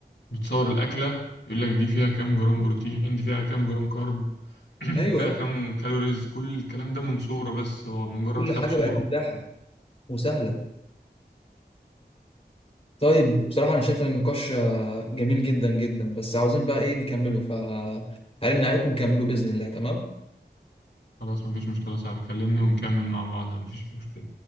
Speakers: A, on the left; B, on the left.
A: بتصور الأكلة يقول لك دي فيها كام جرام بروتين دي فيها كام جرام كارب <clears throat>
B: ايوه
A: فيها
B: ايوه
A: كام كالوريز كل الكلام ده من صورة بس هو مجرد
B: كل
A: خد
B: حاجة
A: صورة
B: بقت متاحة وسهلة طيب بصراحة انا شايف ان النقاش آه، جميل جدا جدا بس عاوزين بقى ايه نكمله فهرن عليكم نكمله بإذن الله تمام
A: خلاص مفيش مشكلة يا صاحبي كلمني ونكمل مع بعض مفيش مشكلة